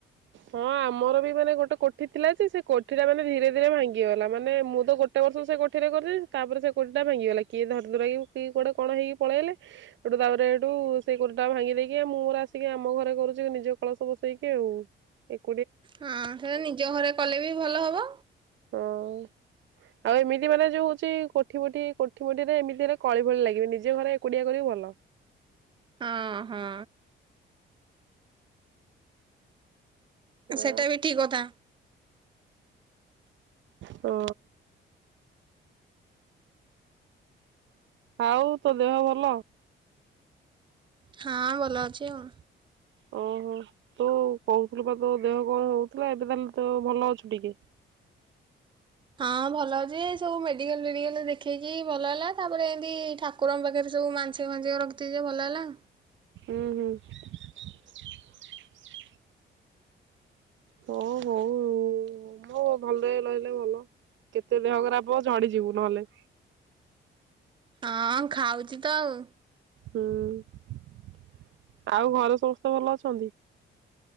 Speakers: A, on the right (about 70°); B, on the right (about 25°).
A: ହଁ ଆମର ବି ମାନେ ଗୋଟେ କୋଠି ଥିଲା ଯେ ସେ କୋଠି ଟା ମାନେ ଧୀରେ ଧୀରେ ଭାଙ୍ଗିଗଲା ମାନେ ମୁଁ ତ ଗୋଟେ ବର୍ଷ ସେ କଠିରେ କରୁ ଥିଲି ତାପରେ ସେ କୋଠି ଟା ଭାଙ୍ଗିଗଲା କିଏ ଧରିଦୁର କି କିଏ କୋଆଟେ କଣ ହେଇକି ପଳେଇଲେ ସେଠୁ ତାପରେ ସେଇଠୁ ସେ କୋଠୀ ଟା ଭାଙ୍ଗି ଦେଇେଇକି ମୁଁ ମୋର ଆସିକି ଆମ ଘରେ କରୁଛି ନିଜ କଳସ ବସେଇକି। ସେଉ।
B: ହଁ ସେଟା ନିଜ ଘରେ କଲେ ବି ଭଲ ହବ।
A: ହଁ ଆଉ ଏମିତି ମାନେ ଯୋଉ ହଉଛି କୋଠି ମୋଠି କୋଠିମୋଠି ରେ ଏମିତିରେ କଳି ଭଳି ଲାଗିବେ ନିଜେ ଘରେ ଏକୁଟିଆ କରିବୁ ଭଲ।
B: ହଁ ହଁ।
A: ଓ
B: ସେଇଟା ବି ଠିକ କଥା‌।
A: ହ ଆଉ ତୋ ଦେହ ଭଲ।
B: ହଁ ଭଲ ଅଛି ଆଉ।
A: ଓହୋ ତୁ କହୁଥିଲୁ ବା ତୋ ଦେହ କଣ ହଉଥିଲା। ଏବେ ତାହେଲେ ତୋ ଭଲ ଅଛୁ ଟିକେ।
B: ହଁ ଭଲ ଅଛି ସବୁ ମେଡିକାଲ ଫେଡିକାଲ ଦେଖେଇକି ଭଲ ହେଲା। ତାପରେ ଏମତି ଠାକୁରଙ୍କ ପାଖରେ ସବୁ ମାଂଶିକ ଫାଶିକ ରଖି ଥିଲି ଭଲ ହେଲା।
A: ଉଁ ହୁଁ। <inaudible> ହଉ ହଉ ମୁଁ ଭଲ ରହିଲେ ଭଲ କେତେ ଦେହ ଖରାପ ହବ ଝଡିଯିବୁ ନହେଲେ। <inaudible>
B: ହଁ ଖାଉଛି ତ ଆଉ
A: ହୁଁ <inaudible> ଆଉ ଘରେ ସମସ୍ତେ ଭଲ ଅଛନ୍ତି।